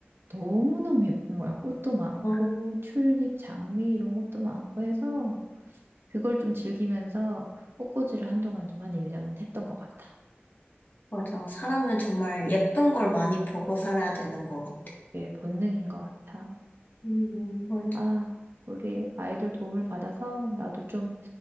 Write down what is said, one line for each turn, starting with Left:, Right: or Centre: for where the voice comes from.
Right: 너무너무 예쁜 거야. 꽃도 많고
Left: 와,
Right: 튤립, 장미 이런 것도 많고 해서 그걸 좀 즐기면서 꽃꽂이를 한동안 좀 한 1년 했던 것 같아.
Left: 맞아. 사람은 정말 예쁜 걸 많이 보고 살아야 되는 것 같아.
Right: 이게 본능인 것 같아.
Left: 응, 맞아.
Right: 아, 우리 아이들 도움을 받아서 나도 좀